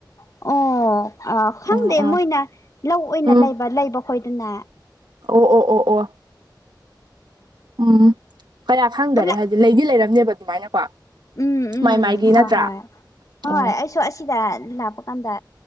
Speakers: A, on the left; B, on the right.
A: ꯑꯣ ꯑ ꯈꯪꯗꯦ
B: ꯎꯝ ꯎꯝ
A: ꯃꯣꯏꯅ ꯂꯧ ꯑꯣꯏꯅ
B: ꯎꯝ
A: ꯂꯩꯕ ꯂꯩꯕ ꯈꯣꯏꯗꯅ
B: ꯑꯣ ꯑꯣ ꯑꯣ ꯑꯣ ꯎꯝ ꯀꯌꯥ ꯈꯪꯗꯔꯦ
A: ꯄꯨꯂꯞ
B: ꯍꯥꯏꯗꯤ ꯂꯩꯗꯤ ꯂꯩꯔꯝꯅꯦꯕ ꯑꯗꯨꯃꯥꯏꯅꯀꯣ
A: ꯎꯝ ꯎꯝ
B: ꯃꯥꯏ ꯃꯥꯏꯒꯤ
A: ꯍꯣ
B: ꯅꯠꯇ꯭ꯔꯥ
A: ꯍꯣꯏ ꯍꯣꯏ
B: ꯎꯝ
A: ꯑꯩꯁꯨ ꯑꯁꯤꯗ ꯂꯥꯛꯄ ꯀꯥꯟꯗ